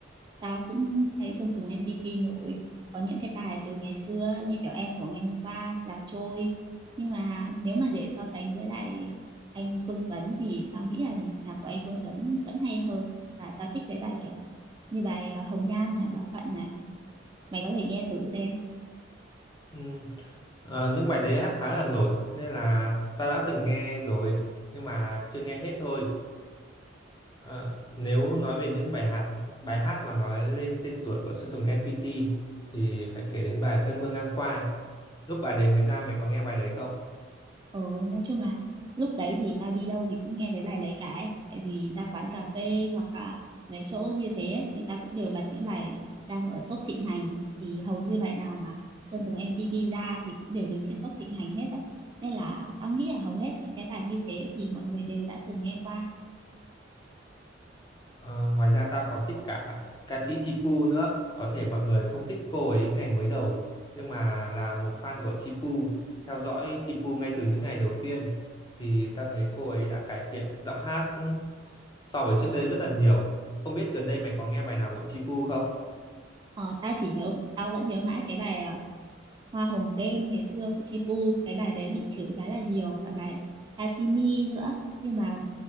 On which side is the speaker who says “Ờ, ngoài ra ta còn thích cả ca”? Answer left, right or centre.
Left